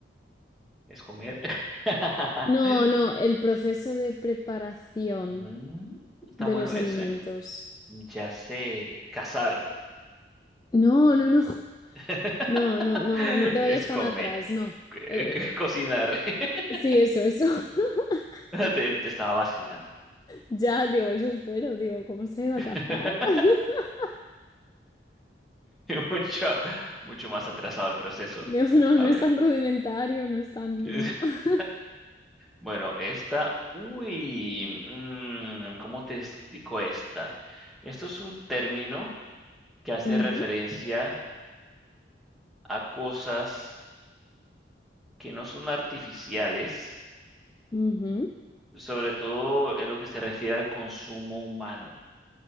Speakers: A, in the centre; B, on the left.
A: ¿Es comer? <laughs>
B: No, no, el proceso de preparación
A: Mm, está
B: de
A: bueno
B: los
A: ese.
B: alimentos.
A: Ya sé, cazar.
B: No, no, no. <laughs>
A: <laughs>
B: No, no, no, no te
A: Es
B: vayas tan
A: comer,
B: atrás, no.
A: c-
B: Eh,
A: c- cocinar. <laughs>
B: eh, sí, eso, eso. <laughs>
A: Te, te estaba vacilando.
B: Ya, digo, eso espero, digo, ¿cómo se iba
A: <laughs>
B: a cazar? <laughs>
A: Mucho, mucho más atrasado el proceso.
B: Digo, no, no
A: A ver,
B: es tan rudimentario, no es tan,
A: <laughs>
B: no. <laughs>
A: bueno, esta, uy, mm, ¿cómo te explico esta? Esto es un término que hace
B: Ujú,
A: referencia a cosas que no son artificiales
B: ujú,
A: sobre todo en lo que se refiere al consumo humano,